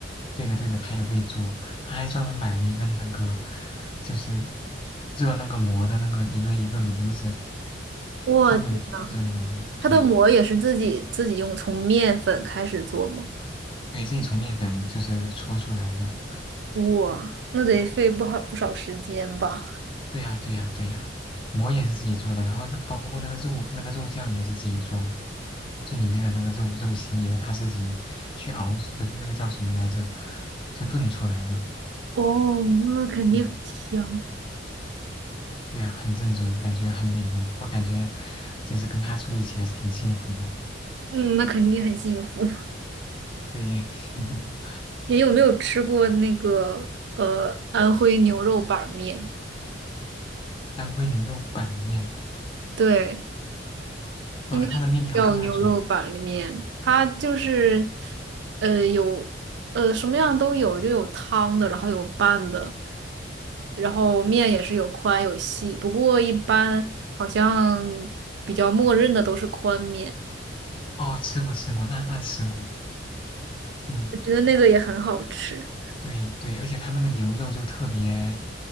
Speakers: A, on the left (about 30°); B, on the right (about 65°).
A: 对的，对的，他也会做，他还专门买了一个那个，就是热那个馍的那个一个一个炉子，
B: 我天呐，
A: 专门做热那个炉，对，
B: 它的馍也是自己自己用从面粉开始做吗？
A: 对，自己从面粉就是搓出来的，
B: 哇，那得费不好不少时间吧？
A: 对呀，对呀，对呀，馍也是自己做的，然后包括那个肉那个肉酱也是自己做的，这里面的那个肉肉心也是他自己去熬，不，那个叫什么来着，就炖出来的，
B: 哦，那肯定很香，
A: 嗯。对呀，很正宗，感觉很美味。我感觉就是跟他住一起还是挺幸福的。
B: 嗯，那肯定很幸福。
A: 对，<laughs>
B: 你有没有吃过那个呃安徽牛肉板面？
A: 安徽牛肉板面，
B: 对，
A: 呃，
B: 应该 <laughs>
A: 它的面条是那种，
B: 叫牛肉板面。它就是呃有呃什么样都有，就有汤的，然后有拌的，然后面也是有宽有细。不过一般好像比较默认的都是宽面，
A: 哦，吃过吃过，那那吃过，嗯，
B: 我觉得那个也很好吃。
A: 对对，而且它那个牛肉就特别